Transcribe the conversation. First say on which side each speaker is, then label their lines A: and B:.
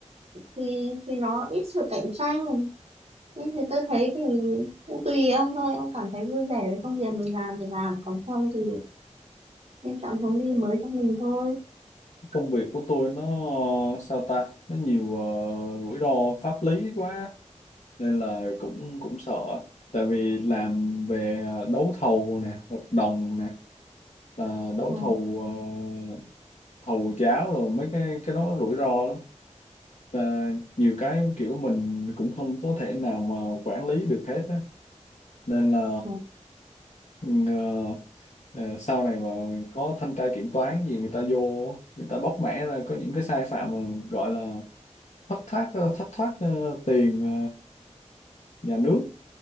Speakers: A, on the right; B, on the left.
A: thì thì nó ít sự cạnh tranh nhưng thì tôi thấy thì cũng tùy ông thôi ông cảm thấy vui vẻ với công việc mình làm thì làm còn không thì nên chọn hướng đi mới cho mình thôi
B: công việc của tôi nó sao ta nó nhiều ờ, rủi ro pháp lý quá nên là cũng cũng sợ tại vì làm về ờ, đấu thầu nè hợp đồng nè à, đấu
A: ừ.
B: thầu ờ, thầu cháo rồi mấy cái cái đó rủi ro lắm Và nhiều cái kiểu mình cũng không có thể nào mà quản lý được hết á nên là
A: ừ.
B: <clears throat> ờ, ờ, sau này mà có thanh tra kiểm toán gì người ta vô người ta bóc mẽ ra có những cái sai phạm mà gọi là thất thoát ờ, thất thoát ờ, tiền ờ, nhà nước